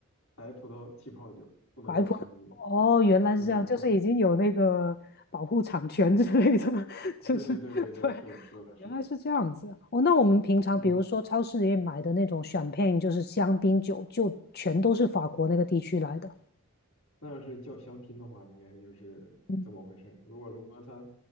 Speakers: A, on the left (about 80°); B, on the left (about 50°).
A: 白葡萄气泡酒，不能叫香槟。
B: 白葡哦，原来是这样，
A: 对，
B: 就是已经有那个保护产权之类的，
A: 不，
B: <laughs> 就是
A: 对对对对对，
B: <laughs> 对，
A: 是的，是的，是的，
B: 原来是这样子啊。哦，那我们平常比如说超市里面买的那种
A: 嗯，
B: c h 就是香槟酒，就全都是法国那个地区来的。
A: 那要是叫香槟的话，应该就是这么回事儿。
B: 嗯
A: 如果说它